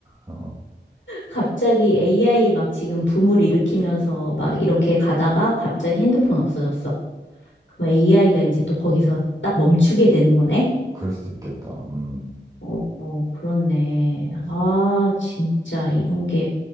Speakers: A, on the right; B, on the left.
A: <laughs> 어,
B: 갑자기 AI 막 지금 붐을 일으키면서 막 이렇게 가다가 갑자기 핸드폰 없어졌어. 그럼 AI가 이제 또 거기서 딱 멈추게 되는 거네?
A: 그럴 수도 있겠다. 음,
B: 어, 어, 그렇네.
A: 맞아.
B: 아, 진짜 이런 게,